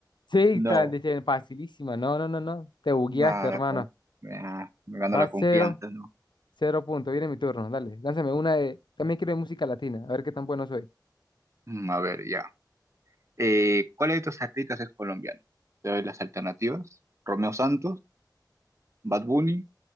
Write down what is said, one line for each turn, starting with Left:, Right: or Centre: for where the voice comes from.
Left: Sí,
Right: No,
Left: tal, dice, facilísima. No, no, no, no. Te bugueaste,
Right: nada,
Left: hermano.
Right: con, ah, me ganó
Left: Va
Right: la
Left: cero,
Right: confianza, ¿no?
Left: cero punto. Viene mi turno. Dale, lánzame una de. También quiero de música latina. A ver qué tan bueno soy.
Right: Mm, a ver, ya. Eh, ¿cuál de estos artistas es colombiano? Te doy las alternativas. Romeo Santos. Bad Bunny,